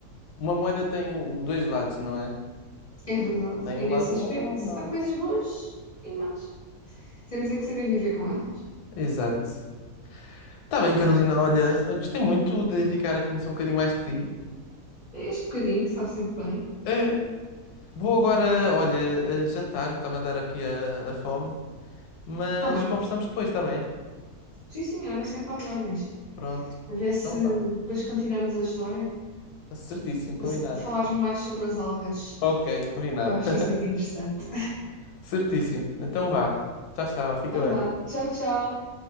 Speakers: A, on the left (about 85°); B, on the left (about 45°).
A: Uma moeda tem o- dois lados, não é?
B: É verdade.
A: Tem
B: E
A: o
B: nesse
A: lado
B: aspecto,
A: bom e o lado mau.
B: há coisas boas e más. Temos é que saber viver com elas.
A: Exato. Está bem, Carolina. Olha, eu gostei muito de ficar a conhecer um bocadinho mais de ti.
B: Este bocadinho sabe sempre bem.
A: Eh, vou agora, olha, a jantar. Está-me a dar aqui a, a fome. Mas
B: Está bem.
A: conversamos depois, está bem?
B: Sim, senhora, sempre às ordens.
A: Pronto.
B: A ver se
A: Então vá.
B: depois continuamos a história,
A: Certíssimo, combinado.
B: para se- falares mais sobre as algas,
A: Ok, combinado.
B: que eu acho
A: <laughs>
B: isso muito interessante.
A: Certíssimo. Então vá. Tchau, tchau. Fica
B: Então vá.
A: bem.
B: Tchau, tchau.